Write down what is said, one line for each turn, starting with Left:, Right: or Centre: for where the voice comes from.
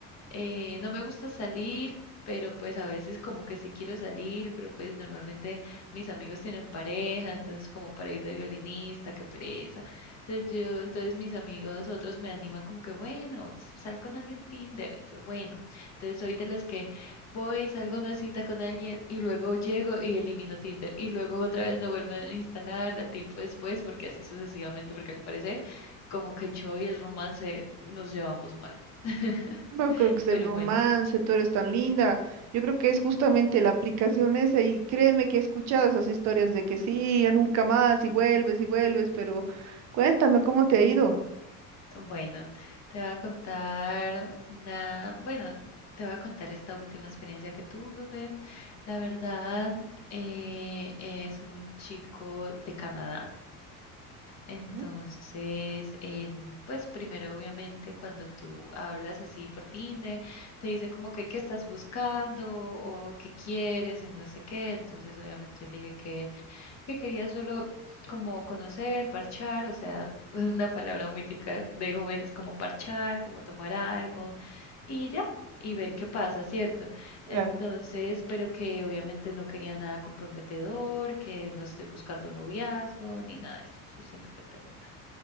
Left: Eh, no me gusta salir, pero pues a veces como que sí quiero salir, pero pues normalmente mis amigos tienen pareja, entonces como para ir de violinista, qué pereza. Entonces yo, entonces mis amigos, otros me animan como que, bueno, s- sal con alguien Tinder. Y yo, bueno, entonces soy de las que voy, salgo a una cita con alguien y luego llego y elimino Tinder y luego otra vez lo vuelvo a instalar del tiempo después, porque así sucesivamente, porque al parecer como que yo y el romance nos llevamos mal. <laughs>
Right: No creo que es
Left: Pero
Right: el romance,
Left: bueno,
Right: tú eres tan linda. Yo creo que es justamente la aplicación esa y créeme que he escuchado esas historias de que sí, ya nunca más y vuelves y vuelves, pero cuéntame cómo te ha ido.
Left: bueno, te voy a contar una, bueno, te voy a contar esta última experiencia que tuve. La verdad, eh, es un chico de Canadá. Entonces,
Right: Ujú.
Left: él, pues primero, obviamente, cuando tú hablas así por Tinder, te dice como que qué estás buscando o qué quieres y no sé qué. Entonces, obviamente, yo le dije que que quería solo como conocer, parchar, o sea, <laughs> una palabra muy típica de jóvenes como parchar, como tomar algo y ya, y ver qué pasa, ¿cierto? Entonces,
Right: Claro.
Left: pero que obviamente no quería nada comprometedor, que no estoy buscando noviazgo ni nada de eso, eso siempre te preguntan.